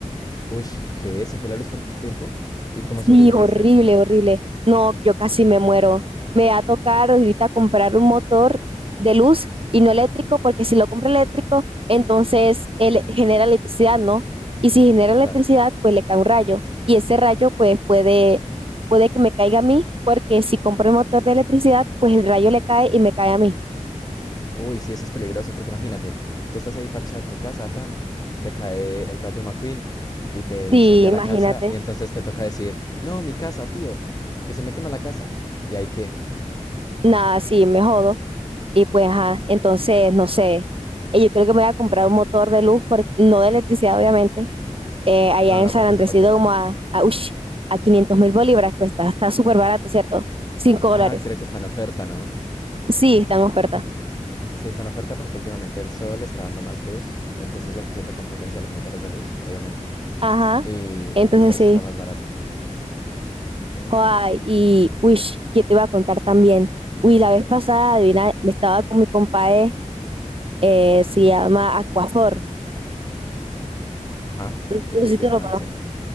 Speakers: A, on the left; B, on the right.
A: Uy, ¿qué? ¿Se fue la luz por tanto tiempo? ¿Y cómo
B: Sí,
A: sobreviviste?
B: horrible, horrible. No, yo casi me muero. Me va a tocar ahorita comprar un motor de luz y no eléctrico, porque si lo compro eléctrico, entonces él genera electricidad, ¿no? Y si genera electricidad,
A: Claro.
B: pues le cae un rayo. Y ese rayo, pues puede, puede que me caiga a mí, porque si compro el motor de electricidad, pues el rayo le cae y me cae a mí.
A: Uy, sí, eso es peligroso, porque imagínate, tú estás ahí parchada en tu casa, tan, te cae el rayo McQueen y te incendia
B: Sí, imagínate.
A: la casa, y entonces te toca decir, no, mi casa, tío, que se me quema la casa. ¿Y ahí qué?
B: Nada, sí, me jodo. Y pues, ajá, entonces, no sé. Eh, Yo creo que me voy a comprar un motor de luz, por- no de electricidad, obviamente eh, allá
A: No,
B: en
A: no,
B: San
A: porque
B: Andrés
A: eso para
B: y
A: qué.
B: Domo a, a, ush, a quinientos mil bolívares cuesta. Está súper barato, ¿cierto? cinco dólares.
A: Ah, creo que está en oferta, ¿no?
B: Sí, está en oferta.
A: Sí, está en oferta porque últimamente el sol está dando más luz, entonces le está haciendo competencia a los motores de luz, obviamente,
B: Ajá,
A: y,
B: entonces
A: y por eso
B: sí.
A: está más barato. Ujú.
B: Joder, y, uy, ¿qué te iba a contar también? Uy, la vez pasada, adivina, me estaba con mi compadre, eh, se llama Aquafor.
A: Ajá.
B: No
A: ¿Y
B: no
A: qué,
B: sé si
A: qué
B: tú
A: estaban
B: lo conozcas.
A: haciendo?